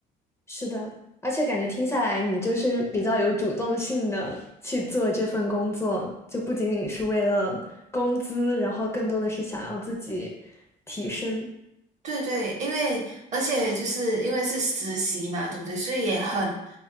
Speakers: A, on the left; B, on the right.
A: 是的，而且感觉听下来，你就是比较有主动性的去做这份工作，就不仅仅是为了工资，然后更多的是想要自己提升。
B: 对对，因为而且就是因为是实习嘛，对不对？所以也很